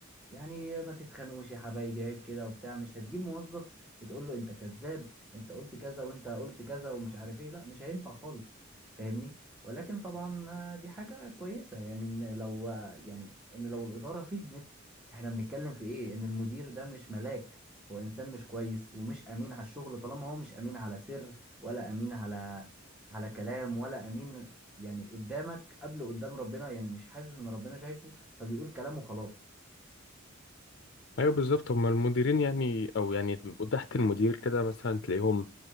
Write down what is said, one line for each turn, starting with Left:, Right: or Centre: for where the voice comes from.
Centre: يعني ما تتخانقوش يا حبايبي عيب كده وبتاع مش هتجيب موظف وتقول له انت كذاب انت قلت كذا وانت قلت كذا ومش عارف ايه لا مش هينفع خالص فاهمني ولكن طبعا آه، دي حاجة كويسة يعني ان لو آه، يعني ان لو الإدارة فهمت احنا بنتكلم في ايه ان المدير ده مش ملاك هو انسان مش كويس ومش امين على الشغل طالما هو مش امين على سر ولا امين على على كلام ولا امين يعني قدامك قبل قدام ربنا يعني مش حاسس ان ربنا شايفه فبيقول كلامه خلاص
Left: ايوه بالظبط هما المديرين يعني او يعني بيبقوا تحت المدير كده مثلا تلاقيهم